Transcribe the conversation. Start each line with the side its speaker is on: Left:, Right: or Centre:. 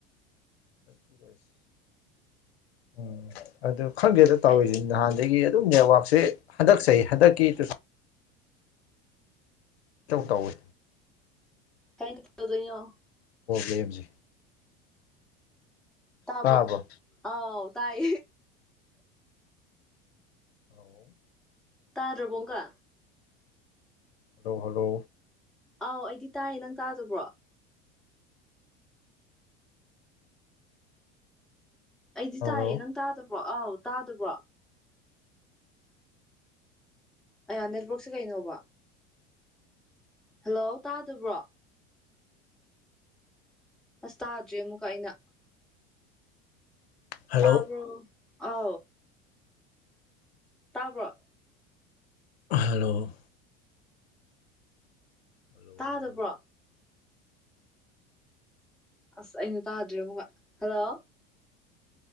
Left: ꯑꯁ ꯎꯝ ꯑꯗꯨ ꯈꯪꯗ‌ꯦꯗ
Centre: ꯍꯩ
Left: ꯇꯧꯔꯤꯁꯤ ꯅꯍꯥꯟꯗꯒꯤ ꯑꯗꯨꯝ ꯅꯦꯠꯋꯥꯛꯁꯦ ꯍꯟꯗꯛꯆꯍꯤ ꯍꯟꯗꯛꯀꯤ ꯇꯨ ꯊꯥꯎ ꯏꯇꯧ ꯇꯥꯎꯋꯤ
Centre: <unintelligible>
Left: ꯄ꯭ꯔ‌ꯣꯕꯂ‌ꯦꯝꯁꯤ
Centre: ꯇꯥꯕ꯭ꯔ‌ꯣ
Left: ꯇꯥꯕ꯭ꯔꯣ
Centre: ꯑꯥꯎ ꯇꯥꯏ
Left: ꯍꯂ
Centre: ꯇꯥꯗ꯭ꯔꯕꯣ ꯑꯃ ꯀ
Left: ꯍꯜꯂꯣ ꯍꯜꯂꯣ
Centre: ꯑꯥꯎ ꯑꯩꯗꯤ ꯇꯥꯏꯌꯦ ꯅꯪ ꯇꯥꯗꯕ꯭ꯔꯣ ꯑꯩꯗꯤ
Left: ꯍꯜꯂꯣ
Centre: ꯇꯥꯏꯌꯦ ꯅꯪ ꯇꯥꯗꯕ꯭ꯔꯣ ꯑꯥꯎ ꯇꯥꯗꯕ꯭ꯔꯣ ꯑꯌꯥ ꯅꯦꯠꯋꯔꯛꯁꯦ ꯀꯩꯅꯣꯕ ꯍꯜꯂꯣ ꯇꯥꯗꯕ꯭ꯔꯣ ꯑꯁ ꯇꯥꯗ꯭ꯦ ꯑꯃꯨꯛꯀ ꯑꯩꯅ
Left: ꯍꯜꯂꯣ
Centre: ꯇꯥꯕꯔ ꯑ ꯇꯥꯕ꯭ꯔꯣ
Left: ꯍꯜꯂꯣ ꯍꯜꯂꯣ ꯍꯜꯂꯣ
Centre: ꯇꯥꯗꯕ꯭ꯔꯣ
Left: ꯍꯜꯂꯣ
Centre: ꯑꯁ ꯑꯩꯅ ꯇꯥꯗ꯭ꯔꯤ ꯑꯃꯨꯛꯀ ꯍꯜꯂꯣ